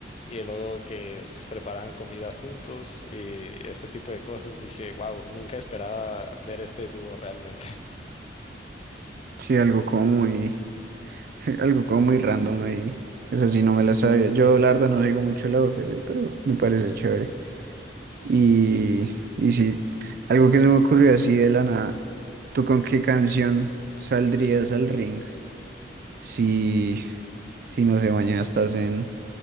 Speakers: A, on the left; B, on the right.
A: y luego que s- preparaban comida juntos y este tipo de cosas. Dije, wow, nunca esperaba ver este dúo realmente.
B: Sí, algo como muy, <laughs> algo como muy random ahí. Esa sí no me la sabía. Yo, la verdad, no digo mucho la UFC, pero me parece chévere. Y, y sí, algo que se me ocurrió así de la nada. ¿Tú con qué canción saldrías al ring si, si no sé, mañana estás en,